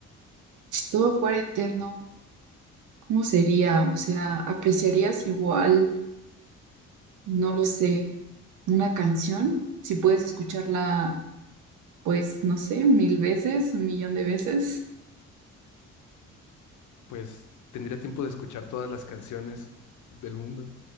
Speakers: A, on the right; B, on the left.
A: si todo fuera eterno, ¿cómo sería? O sea, ¿apreciarías igual? No lo sé una canción, si puedes escucharla, pues, no sé, mil veces, un millón de veces.
B: Pues tendría tiempo de escuchar todas las canciones del mundo.